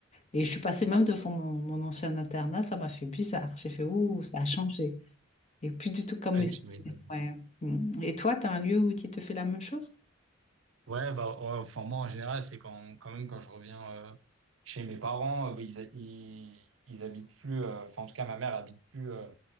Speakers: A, on the left; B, on the right.
A: et je suis passée même devant mon, mon ancien internat, ça m'a fait bizarre. J'ai fait, ouh, ça a changé. Et plus du tout comme
B: Ouais,
A: mes souvenirs.
B: tu m'étonnes.
A: Ouais. Mm. Et toi, tu as un lieu où qui te fait la même chose?
B: Ouais, bah, ouais, enfin, moi, en général, c'est quand, quand même quand je reviens euh, chez mes parents, euh, bah, ils, ils, ils habitent plus, euh, enfin, en tout cas, ma mère habite plus euh,